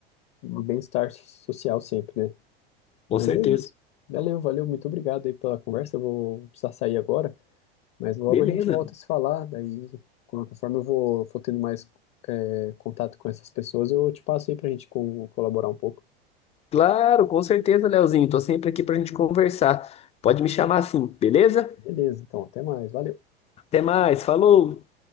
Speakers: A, on the left (about 45°); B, on the left (about 20°).
A: de bem-estar social sempre, né?
B: Com
A: Mas
B: certeza.
A: é isso. Valeu, valeu, muito obrigado aí pela conversa. Eu vou, vou precisar sair agora, mas logo
B: Beleza.
A: a gente volta a se falar. Daí, conforme eu vou, for tendo mais é, contato com essas pessoas, eu te passo aí pra gente com, colaborar um pouco.
B: Claro, com certeza, Leozinho. Tô sempre aqui pra gente conversar. Pode me chamar assim, beleza?
A: Beleza, então, até mais. Valeu.
B: Até mais. Falou.